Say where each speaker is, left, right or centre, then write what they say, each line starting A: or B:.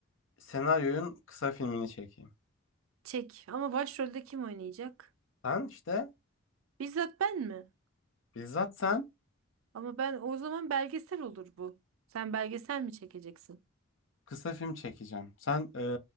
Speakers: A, on the left (about 65°); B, on the right (about 75°).
A: Senaryoyun kısa filmini çekeyim.
B: Çek. Ama başrolde kim oynayacak?
A: Sen işte
B: Bizzat ben mi?
A: bizzat sen
B: Ama ben o zaman belgesel olur bu. Sen belgesel mi çekeceksin?
A: kısa film çekeceğim. Sen e,